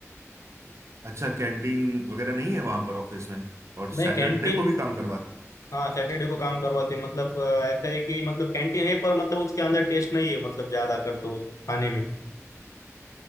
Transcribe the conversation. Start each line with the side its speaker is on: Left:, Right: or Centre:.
Right: अच्छा कैंटीन वगैरह नहीं है वहां पर ऑफिस में और
Left: नहीं
Right: सैटरडे
Left: कैंटीन
Right: को भी काम करवाते
Left: हाँ सैटरडे को काम करवाते हैं मतलब अ, ऐसा है कि मतलब कैंटीन है पर मतलब उसके अंदर टेस्ट नहीं है मतलब ज्यादा कर तो खाने में